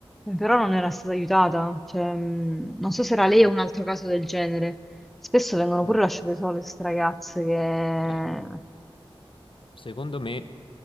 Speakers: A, in the centre; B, on the left.
A: però non era stata aiutata. Cioè, mh, non so se era lei o un altro caso del genere. Spesso vengono
B: Mm.
A: pure lasciate sole queste ragazze che
B: Eh, mm. Secondo me